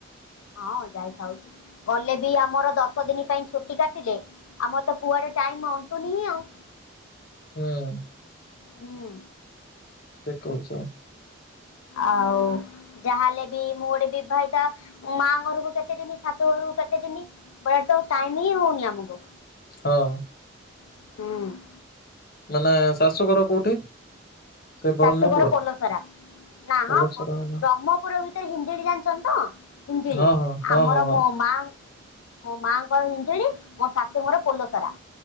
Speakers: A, on the left; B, on the left.
A: ହଁ ଯାଇଥାଉଛୁ। ଗଲେ ବି ଆମର ଦଶ ଦିନି ପାଇଁ ଛୁଟି କାଟିଲେ। ଆମର ତ କୁଆଡେ ଟାଇମ ଅଣ୍ଟୁନି ହି ଆଉ।
B: ହୁଁ।
A: ହୁଁ।
B: ଠିକ୍ କହୁଛ।
A: ଆଉ। ଯାହାହେଲେ ବି ମୁଁ ଗୋଟେ ବିବାହିତା ଉଁ ମାଆ ଘରକୁ କେତେ ଦିନି ଶାଶୁ ଘରକୁ କେତେ ଦିନି। ବରା ତ ଟାଇମ ହି ହେଉନି ଆମକୁ।
B: ହଁ।
A: ହୁଁ।
B: ମାନେ ଶାଶୁଘର କୋଉଠି? ସେ ବ୍ରହ୍ମପୁର
A: ଶାଶୁଘର ପୋଲସରା। ନା
B: ପଲସରା
A: ହଁ ମ୍ପ
B: ନା?
A: ବ୍ରହ୍ମପୁର ଭିତରେ ହିଞ୍ଜିଡି ଜାଣିଛନ୍ତି ତ? ହିଞ୍ଜିଡି
B: ହଁ ହଁ ହଁ
A: ଆମର
B: ହଁ ହଁ।
A: ମୋ ମା। ମୋ ମାଆଙ୍କର ହିଞ୍ଜିଡି ମୋ ଶାଶୁଙ୍କର ପୋଲସରା।